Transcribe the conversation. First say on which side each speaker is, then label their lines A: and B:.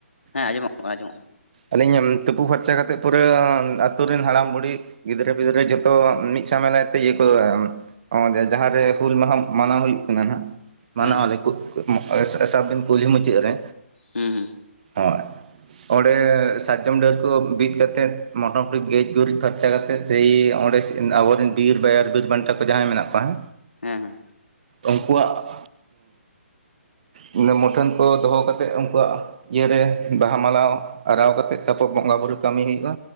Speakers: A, on the left; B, on the right.
A: ᱦᱮᱸ ᱟᱡᱢᱚᱜᱼᱟ ᱠᱟᱱ ᱟᱡᱸᱚᱢᱚᱜᱼᱟ ᱠᱟᱱᱟ᱾
B: ᱟᱹᱞᱤᱧ ᱛᱩᱯᱩ ᱯᱷᱟᱨᱪᱟ ᱠᱟᱛᱮᱫ ᱯᱩᱨᱟᱹ ᱟᱛᱩᱨ ᱨᱮᱱ ᱦᱟᱲᱟᱢ ᱵᱩᱲᱦᱤ, ᱜᱤᱫᱽᱨᱟᱹ ᱯᱤᱫᱽᱨᱟᱹ ᱡᱷᱚᱛᱚ ᱢᱤᱫ ᱥᱟᱶ ᱢᱮᱞᱟᱭ ᱛᱮ ᱤᱭᱟᱹ ᱠᱚ, ᱱᱚᱰᱮ ᱡᱟᱦᱟᱸᱨᱮ ᱦᱩᱞ ᱢᱟᱦᱟ ᱢᱟᱱᱟᱣ ᱦᱩᱭᱩᱜ ᱠᱟᱱᱟ ᱦᱟᱸᱜ᱾ ᱢᱟᱱᱟᱣ
A: ᱠᱟᱱᱟ ᱦᱮᱸ ᱦᱮᱸ
B: ᱟᱞᱮ ᱠᱚ ᱥᱟᱵᱤᱱ ᱠᱩᱞᱦᱤ ᱢᱩᱪᱟᱹᱫ ᱨᱮ᱾
A: ᱦᱮᱸ ᱦᱮᱸ
B: ᱦᱚᱭ, ᱚᱸᱰᱮ ᱥᱟᱨᱡᱚᱢ ᱰᱟᱹᱨ ᱠᱚ ᱵᱤᱫ ᱠᱟᱛᱮᱫ ᱢᱚᱴᱟᱢᱩᱴᱤ ᱜᱮᱡ ᱜᱩᱨᱤᱡ ᱯᱷᱟᱨᱪᱟ ᱠᱟᱛᱮᱫ ᱥᱮᱭ ᱚᱸᱰᱮ ᱟᱵᱚᱨᱮᱱ ᱵᱤᱨ ᱵᱟᱭᱟᱨ ᱵᱤᱨ ᱵᱟᱱᱴᱟ ᱠᱚ ᱡᱟᱦᱟᱸᱭ ᱢᱮᱱᱟᱜ ᱠᱚᱣᱟ ᱦᱮ,
A: ᱦᱩᱸ ᱦᱩᱸ
B: ᱩᱱᱠᱩᱣᱟᱜ ᱢᱩᱴᱷᱟᱹᱱ ᱠᱚ ᱫᱚᱦᱚ ᱠᱟᱛᱮᱫ ᱩᱱᱠᱩᱣᱟᱜ ᱤᱭᱟᱹᱨᱮ ᱵᱟᱦᱟ ᱢᱟᱞᱟᱣ ᱟᱨᱟᱣ ᱠᱟᱛᱮᱫ ᱛᱟᱨᱯᱚᱨ ᱵᱚᱸᱜᱟ ᱵᱩᱨᱩ ᱠᱟᱹᱢᱤ ᱦᱩᱭᱩᱜᱼᱟ᱾